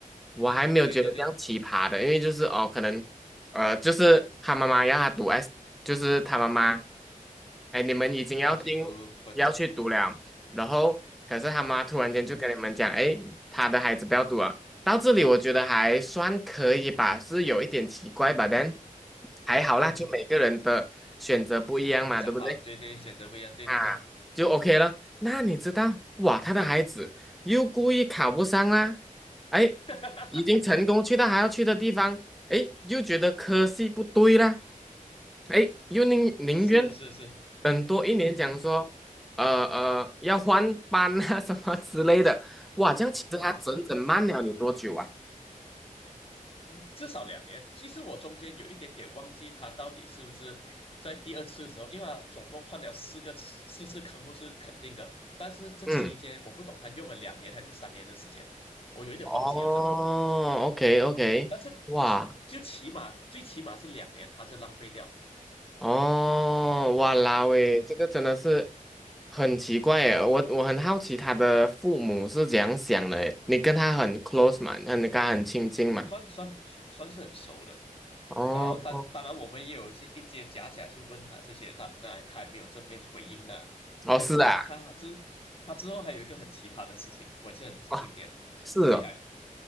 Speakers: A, in the centre; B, on the left.
A: 我还没有觉得这样奇葩的，
B: 对对对，
A: 因为就是哦，可能，呃，就是他妈妈要他读 S，就是他妈妈，哎，你们已经要进
B: 要去读分，
A: 要去读了，然后可是他妈突然间就跟你们讲，
B: 嗯哼，
A: 哎，他的孩子不要读了，到这里我觉得还算可以吧，是有一点奇怪吧，但还好啦，
B: 嗯哼，
A: 就每个人的选择不一样嘛，
B: 想法对对，
A: 对不对？
B: 选择不一样，对对对，
A: 啊，就 OK 了。那你知道，哇，他的孩子又故意考不上啦，哎，
B: <laughs>
A: 已经成功去到还要去的地方，哎，又觉得科系不对啦，哎，又宁宁愿
B: 是是是，
A: 等多一年，讲说，呃呃，要换班啊 <laughs> 什么之类的，哇，这样其实他整整慢了你多久啊？
B: 嗯至少两年。其实我中间有一点点忘记他到底是不是在第二次的时候，因为他总共换了四个次四次科目是肯定的，但是这期间我不懂他用了两年还是三年的时间，
A: 嗯，
B: 我有一点忘记了这里。
A: 哦，OK OK，
B: 但是起就起码最起码是两年，
A: 哇，
B: 他是浪费掉。
A: 哦，哇啦喂，
B: 嗯。
A: 这个真的是很奇怪耶！我我很好奇他的父母是怎样想的耶你跟他很 close 嘛？那你跟他很亲近嘛？
B: 算算算是很熟的，
A: 哦，
B: 然后当当然我们也有一些一些假假去问他这些，他那他也没有正面回应的。
A: 哦，
B: 哎，
A: 是啊，
B: 不过他之他之后还有一个很奇葩的事情，我也是很经典，
A: 哦，是哦，
B: 很厉害。